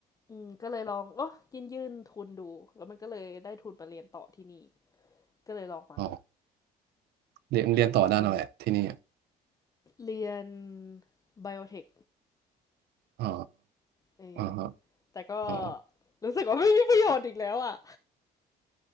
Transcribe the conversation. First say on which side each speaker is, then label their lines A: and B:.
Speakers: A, on the left; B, on the right.
A: อืมก็เลยลองเออยื่นยื่นทุนดูแล้วมันก็เลยได้ทุนมาเรียนต่อที่นี่ก็เลยลองมา
B: อ๋อเรียนเรียนต่อด้านอะไรอะที่นี่อะ
A: เรียนไบโอเทค
B: อ๋อ
A: เออ
B: อ๋อฮะ
A: แต่ก็
B: อ๋อ
A: รู้สึกว่าไม่มีประโยชน์อีกแล้วอ่ะ